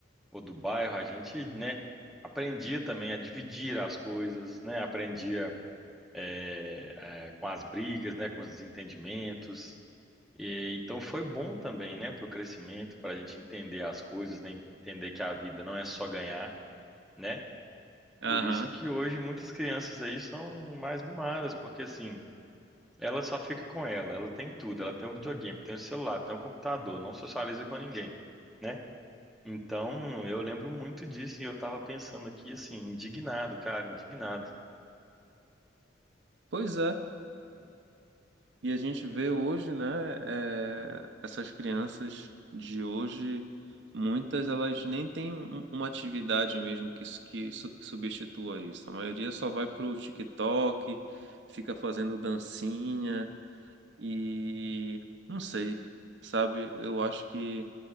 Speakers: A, in the centre; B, on the right.
A: ou do bairro, a gente, né, aprendia também a dividir as coisas, né, aprendia eh, eh, com as brigas, né, com os desentendimentos. E, então foi bom também, né, para o crescimento, para a gente entender as coisas, né, entender que a vida não é só ganhar, né?
B: Aham.
A: Por isso que hoje muitas crianças aí são mais mimadas, porque assim Ela só fica com ela, ela tem tudo, ela tem o videogame, tem o celular, tem o computador, não socializa com ninguém, né? Então, eu lembro muito disso e eu tava pensando aqui assim, indignado, cara, indignado.
B: Pois é. E a gente vê hoje, né, é, essas crianças de hoje, muitas elas nem têm um- uma atividade mesmo que, su- que su- que substitua isso. A maioria só vai pro TikTok, fica fazendo dancinha e não sei, sabe? Eu acho que